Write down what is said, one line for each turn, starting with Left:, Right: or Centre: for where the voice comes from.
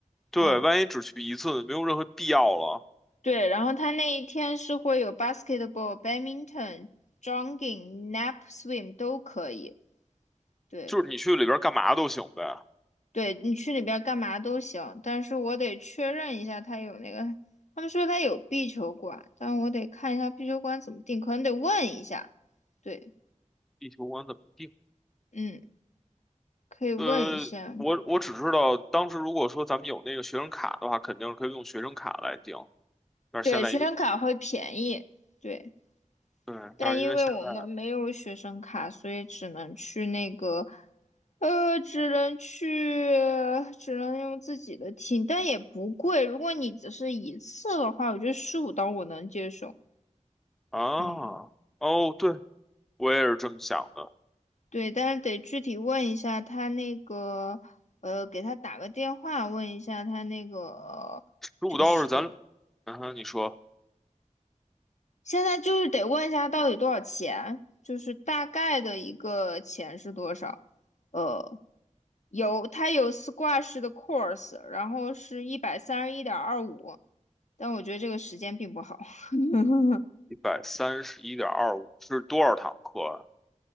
Centre: 对，
Left: 嗯，
Centre: 万一只去一次，没有任何必要了，
Left: 对。然后他那一天是会有 basketball、badminton、jogging、nap、swim 都可以。对，
Centre: 就是你去里边儿干嘛都行呗。
Left: 对你去里边干嘛都行，但是我得确认一下他有那个，他们说他有壁球馆，但我得看一下壁球馆怎么定，可能得问一下。对，
Centre: 地球馆怎么定？
Left: 嗯，可以问一下。
Centre: 呃，我我只知道当时如果说咱们有那个学生卡的话，肯定是可以用学生卡来订，但是现在因为
Left: 对，学生卡会便宜。对。
Centre: 对，
Left: 但因为我们没有学生卡，
Centre: 但是因为现在
Left: 所以只能去那个，呃，只能去，只能用自己的听，但也不贵。如果你只是一次的话，我觉得十五刀我能接受。
Centre: 啊，
Left: 嗯，
Centre: 哦，对，我也是这么想的。
Left: 对，但是得具体问一下他那个，呃，给他打个电话问一下他那个，
Centre: 如果倒是咱，
Left: 就是
Centre: 嗯哼你说
Left: 现在就是得问一下到底多少钱，就是大概的一个钱是多少，呃。有，它有 squash 的 course，然后是一百三十一点二五，但我觉得这个时间并不好。<laughs>
Centre: 一百三十一点二五是多少堂课啊？